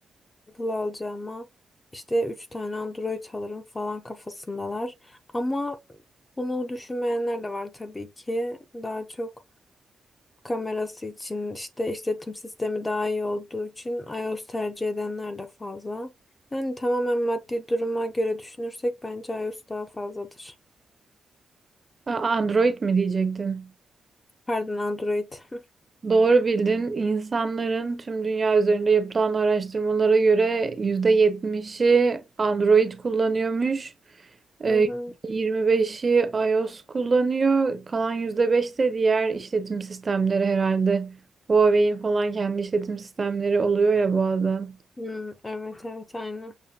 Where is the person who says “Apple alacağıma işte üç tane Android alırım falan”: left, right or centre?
Left